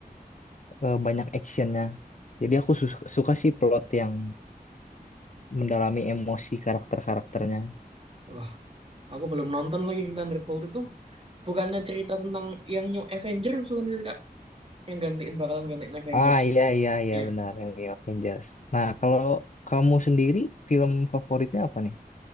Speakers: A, on the left (about 50°); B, on the right (about 35°).
A: eh, banyak actionnya. Jadi aku sus- suka sih plot yang mendalami emosi karakter-karakternya.
B: nih? Aku belum nonton lagi yang Thunderbolt itu. Bukannya cerita tentang yang New Avengers bukan sih, Kak? Yang gantiin bakalan gantiin Avengers.
A: Ah iya iya iya
B: Iya.
A: benar yang di Avengers. Nah kalau kamu sendiri film favoritnya apa nih?